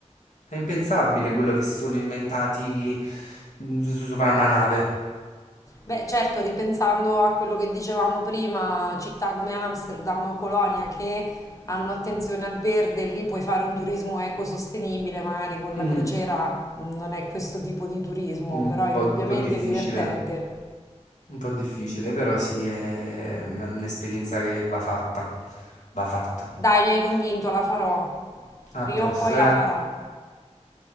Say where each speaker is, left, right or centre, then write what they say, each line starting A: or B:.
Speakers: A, on the left (about 85°); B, on the left (about 25°).
A: È impensabile quello che si sono inventati mm, s- sopra una nave.
B: Beh, certo, ripensando a quello che dicevamo prima, città come Amsterdam o Colonia che hanno attenzione al verde, lì puoi fare un turismo ecosostenibile, magari con la
A: Mm.
B: crociera mh, non è questo tipo di turismo,
A: Un
B: però è
A: po',
B: indubbiamente
A: un po' difficile,
B: divertente.
A: un po' difficile, però sì, è una- un'esperienza che va fatta. Va fatta.
B: Dai, mi hai convinto, la farò. Prima
A: A posto,
B: o poi
A: eh.
B: la farò.